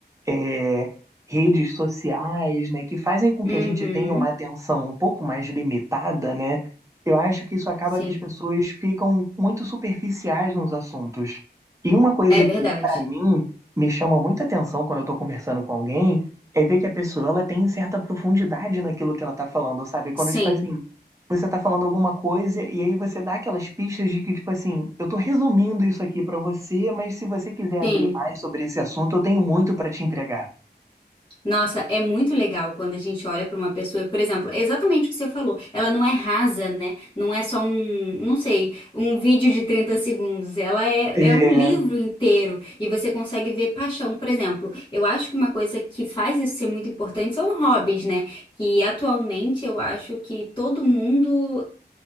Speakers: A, on the right (about 15°); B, on the left (about 30°).
A: é, redes sociais, né, que fazem com
B: Uhum.
A: que a gente tenha uma atenção um pouco mais limitada, né? Eu acho que isso acaba
B: Sim.
A: que as pessoas ficam muito superficiais nos assuntos. E uma coisa
B: É verdade.
A: que, para mim, me chama muita atenção quando eu estou conversando com alguém é ver que a pessoa ela tem certa profundidade naquilo que ela está falando, sabe? Quando,
B: Sim,
A: tipo assim, você tá falando alguma coisa e aí você dá aquelas pistas de que, tipo assim, eu tô resumindo isso aqui pra você, mas se você quiser abrir
B: sim.
A: mais sobre esse assunto, eu tenho muito pra te entregar.
B: Nossa, é muito legal quando a gente olha para uma pessoa, e, por exemplo, é exatamente o que você falou. Ela não é rasa, né? Não é só um, não sei, um vídeo de 30 segundos. Ela é,
A: É.
B: é um livro inteiro e você consegue ver paixão. Por exemplo, eu acho que uma coisa que faz isso ser muito importante são hobbies, né? Que atualmente eu acho que todo mundo